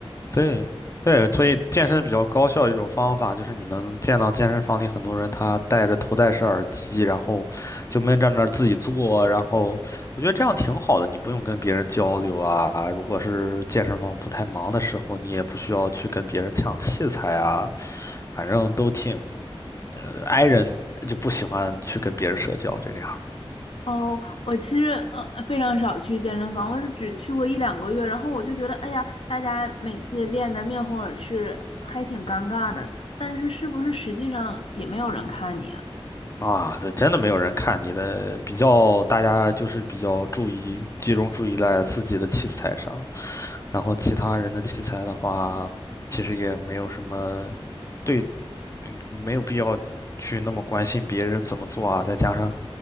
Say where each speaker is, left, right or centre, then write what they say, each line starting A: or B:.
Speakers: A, on the left; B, on the left.
A: 对，对，所以健身比较高效的一种方法就是你能见到健身房里很多人他戴着头戴式耳机，然后就闷在那儿自己做，然后我觉得这样挺好的，你不用跟别人交流啊。如果是健身房不太忙的时候，你也不需要去跟别人抢器材啊。反正都挺 i 人，就不喜欢去跟别人社交这个样儿
B: 哦，我其实呃非常少去健身房，我是只去过一两个月，然后我就觉得，哎呀，大家每次练得面红耳赤，还挺尴尬的。但是是不是实际上也没有人看你啊？
A: 啊。这真的没有人看你的，比较大家就是比较注意集中注意在自己的器材上，然后其他人的器材的话，其实也没有什么对，嗯，没有必要去那么关心别人怎么做啊。再加上